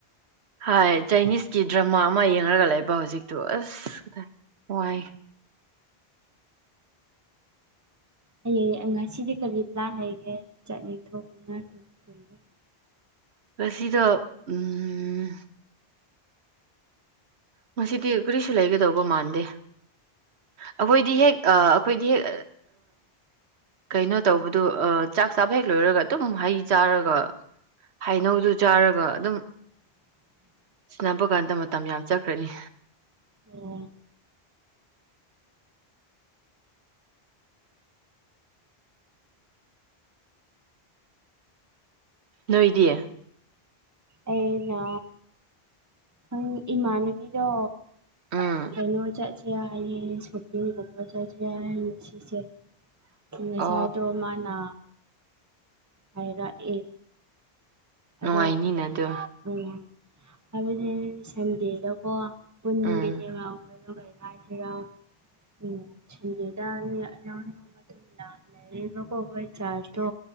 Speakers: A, on the right (about 90°); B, on the right (about 15°).
A: ꯍꯥꯏ ꯆꯥꯏꯅꯤꯁꯀꯤ ꯗ꯭ꯔꯃꯥ ꯑꯃ ꯌꯦꯡꯉꯒ ꯂꯩꯕ ꯍꯧꯖꯤꯛꯇꯣ ꯑꯁ ꯋꯥꯏ
B: ꯍꯌꯦꯡ ꯉꯁꯤꯗꯤ ꯀꯔꯤ ꯄ꯭ꯂꯥꯟ ꯂꯩꯒꯦ ꯆꯠꯅꯤꯡ ꯊꯣꯡꯅꯤ ꯉꯥꯏ <inaudible>
A: ꯉꯁꯤꯗꯣ ꯎꯝ ꯉꯁꯤꯗꯤ ꯀꯔꯤꯁꯨ ꯂꯩꯒꯗꯧꯕ ꯃꯥꯟꯗꯦ ꯑꯩꯈꯣꯏꯗꯤ ꯍꯦꯛ ꯑꯩꯈꯣꯏꯗꯤ ꯍꯦꯛ ꯀꯩꯅꯣ ꯇꯧꯕꯗꯣ ꯆꯥꯛ ꯆꯥꯕ ꯍꯦꯛ ꯂꯣꯏꯔꯒ ꯑꯗꯨꯝ ꯍꯩ ꯆꯥꯔꯒ ꯍꯩꯅꯧꯗꯨ ꯆꯥꯔꯒ ꯑꯗꯨꯝ
B: <unintelligible>
A: ꯁꯅꯥꯕ ꯀꯥꯟꯗ ꯃꯇꯝ ꯌꯥꯝ ꯆꯠꯈ꯭ꯔꯅꯤ
B: ꯑꯣ
A: ꯅꯣꯏꯗꯤ
B: ꯑꯩꯅ <unintelligible> ꯏꯃꯥꯟꯅꯕꯤꯗꯣ
A: ꯎꯝ
B: ꯀꯩꯅꯣ ꯆꯠꯁꯦ ꯍꯥꯏꯌꯦ ꯁꯣꯄꯤꯡꯒꯨꯝꯕ ꯆꯠꯁꯦ ꯍꯥꯏꯌꯦ ꯉꯁꯤꯁꯦ ꯉꯁꯥꯏꯗꯣ
A: ꯑꯣ
B: ꯃꯥꯅ ꯍꯥꯏꯔꯛꯑꯦ ꯑꯗꯨ
A: ꯅꯨꯡꯉꯥꯏꯅꯤꯅ ꯑꯗꯨ
B: ꯎꯝ ꯑꯗꯨꯅꯦ ꯁꯟꯗꯦꯗꯀꯣ ꯄꯨꯟꯒꯅꯤ
A: ꯎꯝ
B: <unintelligible> ꯀꯩ ꯍꯥꯏꯁꯤꯔ <unintelligible> ꯑꯅꯧ ꯑꯅꯧꯕ ꯑꯗꯨꯝ ꯂꯥꯛ ꯔꯦ ꯕꯀꯣ ꯃꯣꯏ ꯆꯥꯖꯇꯣ